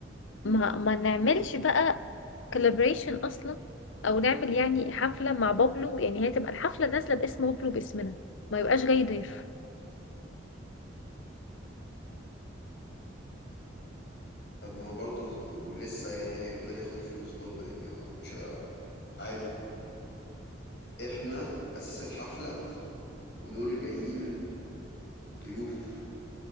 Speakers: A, on the left; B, on the left.
A: ما ما نعملش بقى كولابريشن اصلا او نعمل يعني حفله مع بابلو يعني هي تبقى الحفله نازله باسم بابلو باسمنا ما يبقاش جاي ضيف
B: طب ما هو برضه ولسه يعني هيفضل ياخد الفلوس برضه يعني هو مش ه- عادي احنا أساس الحفلة ودول جايين ضيوف